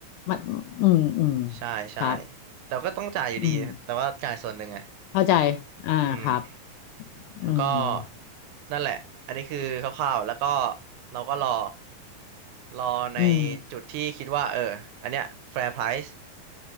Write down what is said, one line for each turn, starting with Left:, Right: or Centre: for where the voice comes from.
Left: มันอืมอืม
Right: ใช่ใช่
Left: ครับ
Right: แต่ก็ต้องจ่ายอยู่ดีแต่ว่าจ่ายส่วนหนึ่งไง
Left: อืมเข้าใจอ่าครับ
Right: อืม แล้วก็
Left: อืม
Right: นั่นแหละ อันนี้คือคร่าวๆแล้วก็เราก็รอรอใน
Left: อืม
Right: จุดที่คิดว่าเอออันเนี้ย fair price